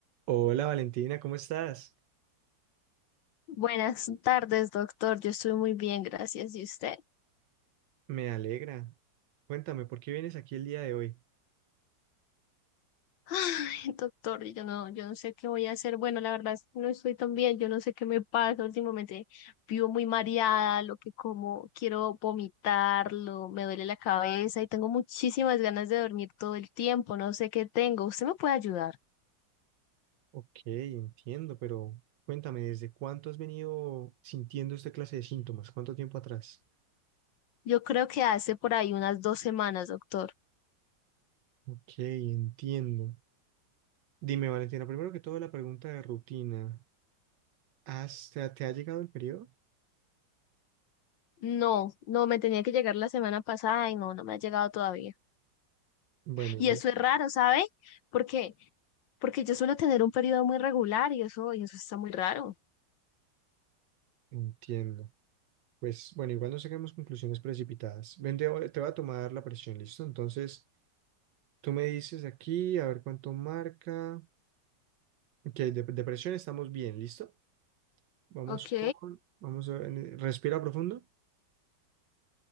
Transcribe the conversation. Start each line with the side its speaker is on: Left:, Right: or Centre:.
Right: Hola Valentina, ¿cómo estás?
Left: Buenas tardes, doctor. Yo estoy muy bien, gracias. ¿Y usted?
Right: Me alegra. Cuéntame, ¿por qué vienes aquí el día de hoy?
Left: Ay, doctor, yo no, yo no sé qué voy a hacer. Bueno, la verdad es que no estoy tan bien. Yo no sé qué me pasa. Últimamente vivo muy mareada, lo que como quiero vomitarlo, me duele la cabeza y tengo muchísimas ganas de dormir todo el tiempo. No sé qué tengo. ¿Usted me puede ayudar?
Right: Ok, entiendo, pero cuéntame, ¿desde cuánto has venido sintiendo esta clase de síntomas? ¿Cuánto tiempo atrás?
Left: Yo creo que hace por ahí unas dos semanas, doctor.
Right: Ok, entiendo. Dime, Valentina, primero que todo la pregunta de rutina. ¿Has- te, ha te ha llegado el periodo?
Left: No, no, me tenía que llegar la semana pasada y no, no me ha llegado todavía.
Right: Bueno, igual.
Left: Y eso es raro, ¿sabe? Porque porque yo suelo tener un periodo muy regular y eso, y eso está muy raro.
Right: Entiendo. Pues bueno, igual no saquemos conclusiones precipitadas. Ven, te, voy- te voy a tomar la presión, ¿listo? Entonces, tú me dices aquí, a ver cuánto marca. Ok, de, de presión estamos bien, ¿listo? Vamos
Left: Ok.
Right: con, vamos a, en- respira profundo,